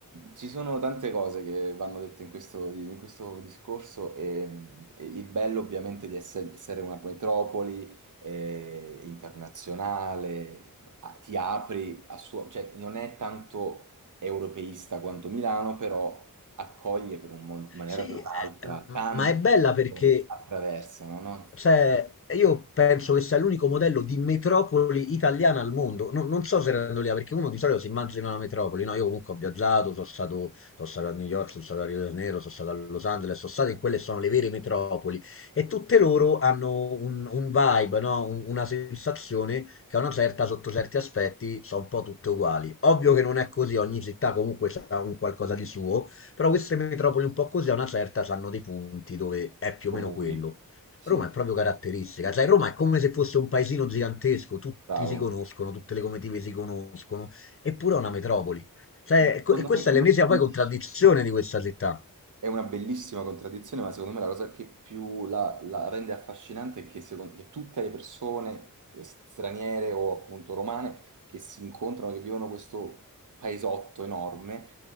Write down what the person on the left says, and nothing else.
Sì,
eh, m-
ma è bella perché
cioè, io penso che sia l'unico modello di metropoli italiana al mondo. No- non so se erano lì, perché uno di solito si immagina una metropoli. No, io comunque ho viaggiato, sono stato, sono stato a New York, sono stato a Rio de Janeiro, sono stato a Los Angeles, sono stato in quelle che sono le vere metropoli. E tutte loro hanno un, un vibe, no? Un- una sensazione che a una certa, sotto certi aspetti, sono un po' tutte uguali. Ovvio che non è così, ogni città comunque ha un qualcosa di suo, però queste metropoli un po' così a una certa hanno dei punti dove è più
o meno quello.
Roma è proprio caratteristica, cioè Roma è come se fosse un paesino gigantesco, tutti
si conoscono, tutte le comitive si conoscono, eppure è una metropoli. Cioè,
e
que- e questa
è l'ennesima
poi contraddizione
di questa città,